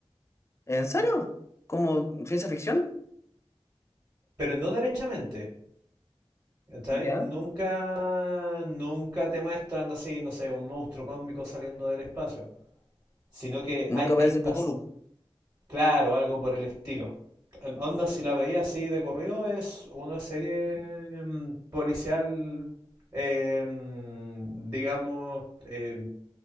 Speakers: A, on the left; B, on the right.
A: ¿En serio? ¿Como ciencia ficción?
B: Pero no derechamente, ¿cachai?
A: ¿Ya?
B: Nunca, nunca te muestran así, no sé, un monstruo cósmico saliendo del espacio. Sino que
A: Nunca
B: hay,
A: aparece
B: hay, pas-
A: Cthulhu.
B: Claro, algo por el estilo. Eh, Onda, si la veía así de corrido, es una serie mm, policial, eh, mm, digamos, eh,